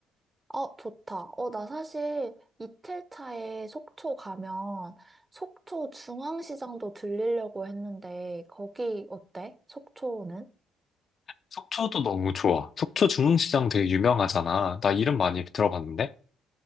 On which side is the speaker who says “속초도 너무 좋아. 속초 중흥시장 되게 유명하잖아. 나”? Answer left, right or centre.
Left